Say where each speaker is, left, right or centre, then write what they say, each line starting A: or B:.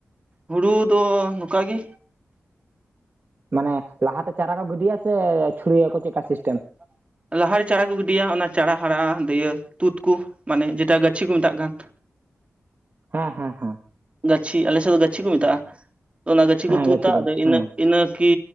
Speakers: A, on the right; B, on the right.
A: ᱳᱩᱲᱳ ᱫᱚ ᱚᱱᱠᱟ ᱜᱮ
B: ᱢᱟᱱᱮ ᱞᱟᱦᱟᱛᱮ ᱪᱟᱨᱟ ᱠᱚ ᱜᱤᱰᱤᱭᱟ ᱥᱮ ᱪᱷᱩᱲᱭᱟᱹᱠᱚ
A: ᱵᱟᱝ ᱟᱸᱡᱚᱢᱚᱜ
B: ᱪᱮᱫᱠᱟ ᱥᱤᱥᱴᱮᱢ
A: ᱠᱟᱱᱟ ᱞᱟᱦᱟᱨᱮ ᱪᱟᱨᱟ ᱠᱚ ᱜᱤᱰᱤᱭᱟ ᱚᱱᱟ ᱪᱟᱨᱟ ᱦᱟᱨᱟᱜᱼᱟ ᱫᱤᱭᱮ ᱛᱩᱛ ᱠᱚ ᱢᱟᱱᱮ ᱡᱮᱴᱟ ᱜᱟᱹᱪᱷᱤ ᱠᱚ ᱢᱮᱛᱟᱜ ᱠᱟᱱ,
B: ᱦᱮᱸᱻᱦᱮᱸ ᱦᱮᱸᱻ
A: ᱜᱟᱹᱪᱷᱤ ᱟᱞᱮᱥᱮᱫ ᱫᱚ ᱜᱟ. ᱪᱷᱤ ᱠᱚ ᱢᱮᱛᱟᱜᱼᱟ ᱚᱱᱟ ᱜᱟ. ᱪᱷᱤ
B: ᱦᱮᱸ
A: ᱠᱚ ᱛᱩᱫᱟ
B: ᱜᱟᱹᱪᱷᱤ
A: ᱟᱫᱚ ᱤᱱᱟᱹ-ᱤᱱᱟᱹ
B: ᱦᱮᱸ
A: ᱠᱤ